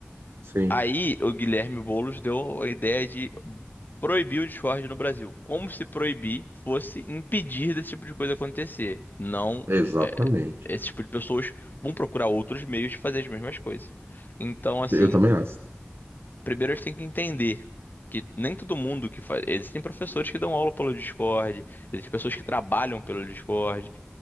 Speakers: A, on the right; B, on the left.
A: Sim.
B: Aí o Guilherme Boulos deu a ideia de proibir o Discord no Brasil. Como se proibir fosse impedir desse tipo de coisa acontecer. Não,
A: Exatamente.
B: é, esse tipo de pessoas vão procurar outros meios de fazer as mesmas coisas. Então, assim,
A: Eu também acho.
B: primeiro a gente tem que entender que nem todo mundo que faz. Existem professores que dão aula pelo Discord, existem pessoas que trabalham pelo Discord.